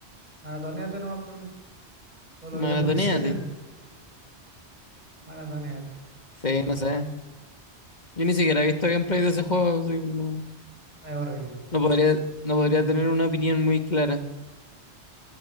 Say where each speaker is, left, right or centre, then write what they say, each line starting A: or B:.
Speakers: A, on the right; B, on the left.
A: Maratoneate nomás por mientras. Todo lo que
B: maratoneate.
A: te puedo decir. <laughs> Maratoneate.
B: Sí, no sé. Yo ni siquiera he visto gameplay de ese juego. así que no,
A: Es horrible.
B: no podría, no podría tener una opinión muy clara.